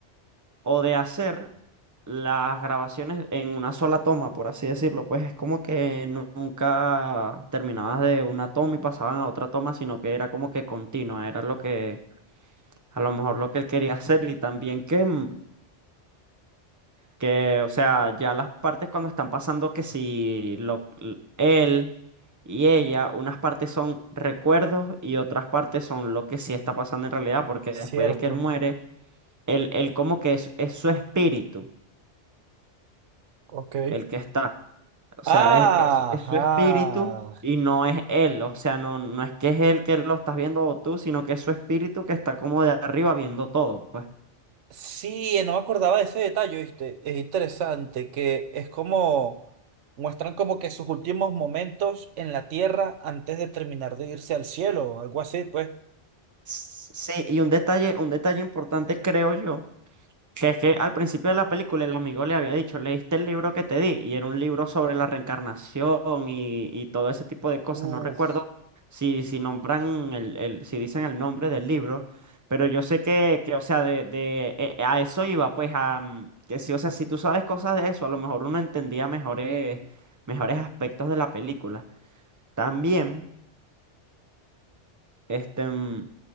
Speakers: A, on the right; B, on the right.
A: o de hacer las grabaciones en una sola toma, por así decirlo, pues es como que nu- nunca terminabas de una toma y pasaban a otra toma, sino que era como que continua, era lo que a lo mejor lo que él quería hacer y también que, mm, que o sea, ya las partes cuando están pasando que si lo, l- él y ella, unas partes son recuerdos y otras partes son lo que sí está pasando en realidad, porque
B: Cierto.
A: después de que él muere, él, él como que es, es su espíritu
B: Ok.
A: el que está. O sea,
B: Ajá.
A: es, es- es su espíritu y no es él. O sea, no, no es que es él que lo estás viendo o tú, sino que es su espíritu que está como de arriba viendo todo, pues.
B: Sí, no me acordaba de ese detalle, ¿viste? Es interesante que es como muestran como que sus últimos momentos en la tierra antes de terminar de irse al cielo o algo así, pues.
A: S- Sí, y un detalle, un detalle importante creo yo Que es que al principio de la película el amigo le había dicho, ¿leíste el libro que te di? Y era un libro sobre la reencarnación y, y todo ese tipo de cosas.
B: Uf.
A: No recuerdo si, si nombran el, el, si dicen el nombre del libro, pero yo sé que, que o sea, de, de eh, a eso iba, pues a mm, que sí, o sea, si tú sabes cosas de eso, a lo mejor uno entendía mejores, mejores aspectos de la película. También. Este, mm,